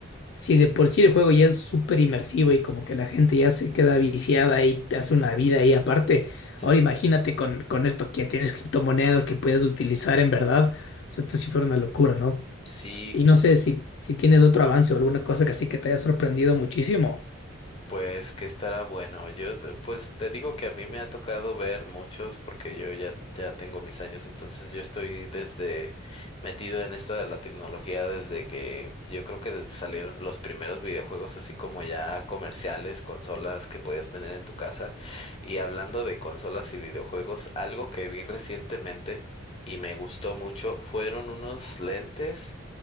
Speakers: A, on the left; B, on the left.
A: Si de por sí el juego ya es súper inmersivo y como que la gente ya se queda viciada y te hace una vida ahí aparte,
B: sí.
A: ahora imagínate con, con esto que tienes criptomonedas que puedes utilizar en verdad, o sea, esto sí fuera una locura, ¿no?
B: Sí,
A: Y no sé si, si tienes otro avance o alguna cosa que así que te haya sorprendido muchísimo.
B: Pues que estará bueno. Yo te- pues te digo que a mí me ha tocado ver muchos porque yo ya ya tengo mis años, entonces yo estoy desde metido en esto de la tecnología desde que yo creo que desde salieron los primeros videojuegos así como ya comerciales, consolas que podías tener en tu casa. Y hablando de consolas y videojuegos, algo que vi recientemente y me gustó mucho fueron unos lentes